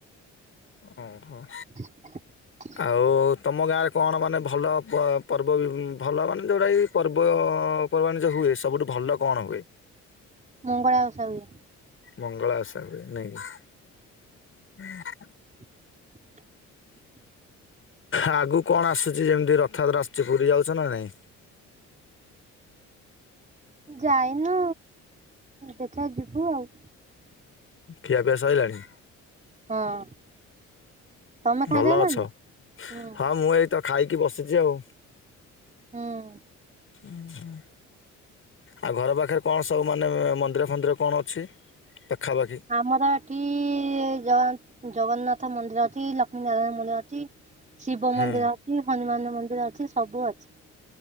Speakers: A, on the left; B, on the right.
A: ଅ ହ।
B: <inaudible>
A: ଆଉ ତମ ଗାଁରେ କଣ ମାନେ ଭଲ ପର୍ବ ଭଲ ମାନେ ଯୋଉଟାକି ପର୍ବ ପର୍ବ ମାନେ ଯୋଉ ହୁଏ ସବୁଠୁ ଭଲ କଣ ହୁଏ?
B: ମଙ୍ଗଳା ଓଷା ହୁଏ।
A: ମଙ୍ଗଳା ଓଷା ହୁଏ ନାଇ ହୁଁ।
B: <inaudible>
A: ଆଗୁ କଣ ଆସୁଛି ଯେମିତି ରଥଯାତ୍ରା ଆସୁଛି ପୁରୀ ଯାଉଛ ନା ନାଇଁ?
B: ଯାଇନୁ ଦେଖିବା ଯିବୁ ଆଉ।
A: ଖିଆପିଆ ସଇଲାଣି?
B: ହଁ। ତମେ ଖାଇସାଇଲଣି
A: ଭଲ ଅଛ
B: ନା? ହୁଁ
A: ହଁ ମୁଁ ଏଇ ତ ଖାଇକି ବସିଛି ଆଉ।
B: ହୁଁ
A: ହୁଁ ହୁଁ। ଆଉ ଘର ପାଖରେ କଣ ସବୁ ମାନେ ମନ୍ଦିର ଫନ୍ଦିର କଣ ଅଛି ପାଖାପାଖି?
B: ଆମର ଏଠି ଜଗନ୍ନାଥ ମନ୍ଦିର ଅଛି ଲକ୍ଷ୍ମୀ ନାରାୟଣ ମନ୍ଦିର ଅଛି। ଶିବ
A: ହୁଁ
B: ମନ୍ଦିର ଅଛି ହନୁମାନ ମନ୍ଦିର ଅଛି ସବୁ ଅଛି।